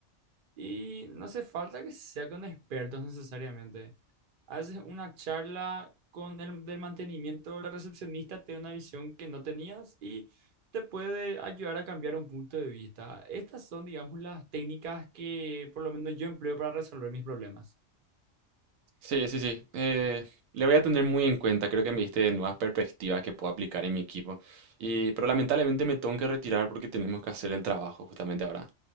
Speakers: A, on the right; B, on the right.
A: Y no hace falta que sea con expertos necesariamente. A veces una charla con el del mantenimiento, o la recepcionista te da una visión que no tenías y te puede ayudar a cambiar un punto de vista. Estas son, digamos, las técnicas que por lo menos yo empleo para resolver mis problemas.
B: Sí, sí, sí. eh, le voy a tener muy en cuenta. Creo que me diste nuevas perspectivas que puedo aplicar en mi equipo. Y, pero lamentablemente me tengo que retirar porque tenemos que hacer el trabajo justamente ahora.